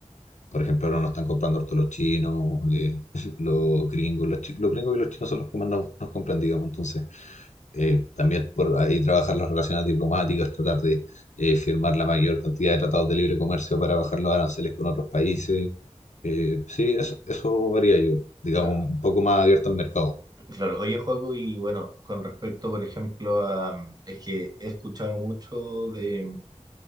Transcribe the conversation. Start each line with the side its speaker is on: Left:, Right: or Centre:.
Left: por ejemplo, ahora nos están comprando harto los chinos, eh, <laughs> los gringos, los, chi- los gringos y los chinos son los que más nos, nos compran, digamos. Entonces, eh, también por ahí trabajar las relaciones diplomáticas, tratar de eh, firmar la mayor cantidad de tratados de libre comercio para bajar los aranceles con otros países. Eh, sí, eso, eso varía yo, digamos,
Right: claro,
Left: un poco más abierto al mercado.
Right: claro. Oye, Joaco, y bueno, con respecto, por ejemplo, a, es que he escuchado mucho de,